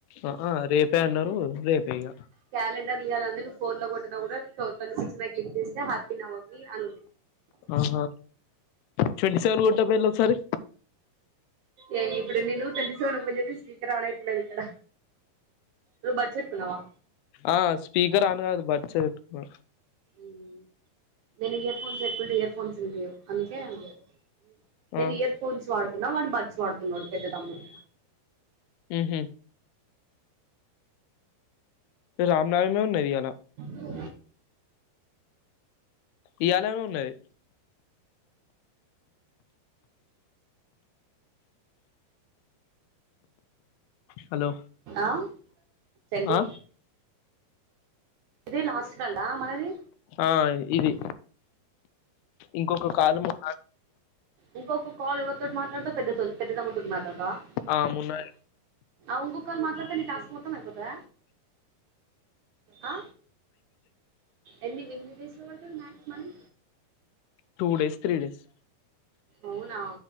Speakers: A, on the left (about 80°); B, on the right (about 70°).
A: ఆ ఆ రేపే అన్నారు రేపే ఇగ
B: క్యాలెండర్ల ఇయాలనుంది నువ్వు ఫోన్లో కొట్టిన కూడా టో ట్వంటీ సిక్స్ మీద క్లిక్ చేస్తే హ్యాపీ నవమీ అని ఉంది
A: ఆహా ట్వంటీ సెవెన్ గొటకపోయిలు ఓసారి
B: ఏ ఇప్పుడు నేను ట్వంటీ సెవెను ఓపెన్ జెతే స్పీకర్ ఆన్ ఐతలేదు ఇక్కడ నువ్ బడ్స్ పెట్టుకున్నావా
A: ఆ స్పీకర్ ఆన్ గాదు బర్డ్స్ వెట్టుకో
B: ఊమ్ నేను ఇయర్ ఫోన్స్ వేట్కుంటే ఇయర్ ఫోన్స్ ఉంటే అందుకే లేదు
A: ఆ
B: నేను ఇయర్ ఫోన్స్ వాడుతున్నా వన్ బడ్స్ వాడుతున్నడు పెద్ద తమ్ముడు
A: ఊహ్మ్ రామ్నవమి వున్నది ఇయాలా
B: <unintelligible>
A: ఈయలే ఉన్నది హలో
B: ఆ చండి
A: ఆ
B: ఇదే లాస్ట్ కాల్ ఆ మనది
A: ఆ ఇది ఇంకొక కాల్ మున్నా
B: ఇంకొక కాల్ కాల్ ఎవరితోటి మాట్లాడతవ్ పెద్దతొ పెద్ద తమ్ముతోని మాట్లాడతావ
A: ఆ మున్నా
B: ఇంకో కాల్ మా డితే నీ టాస్క్ మొత్తం అయిపోతద ఆ ఎన్ని ఎన్ని డేసుల వడతది maximum
A: two days three days
B: అవునా